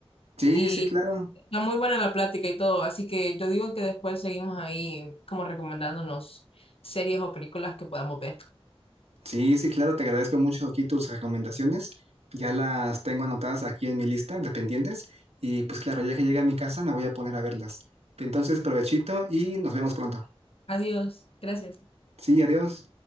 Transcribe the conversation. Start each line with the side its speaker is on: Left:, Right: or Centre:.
Right: Sí,
Left: Y
Right: sí, claro.
Left: está muy buena la plática y todo, así que yo digo que después seguimos ahí como recomendándonos series o películas que podamos ver.
Right: Sí, sí, claro, te agradezco mucho aquí tus recomendaciones. Ya las tengo anotadas aquí en mi lista de pendientes y pues claro, ya que llegue a mi casa me voy a poner a verlas. Entonces, provechito y nos vemos pronto.
Left: Adiós, gracias.
Right: Sí, adiós.